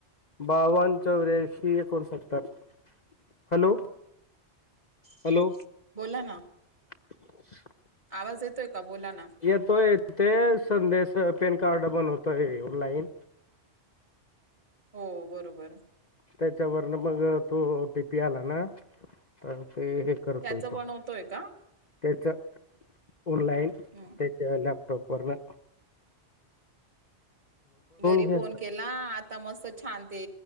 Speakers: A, on the left; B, on the right.
A: बावन चौ रेशीय कोण सत्तर, हॅलो! हॅलो!
B: बोला ना!
A: <inaudible>
B: आवाज येतोय का बोला ना
A: येतोय ते संदेश पॅन कार्ड बनवतोय ऑनलाइन.
B: हो बरोबर
A: त्याच्यावरन मग तो ओटीपी आला ना तर ते हे करतोय,
B: त्याच
A: तो
B: बनवतोय का
A: त्याच ऑनलाईन
B: हम्म
A: त्याच्या लाॅप्टॉपवरण
B: घरी
A: घ्या
B: फोन केला आ ता मस्त छान ते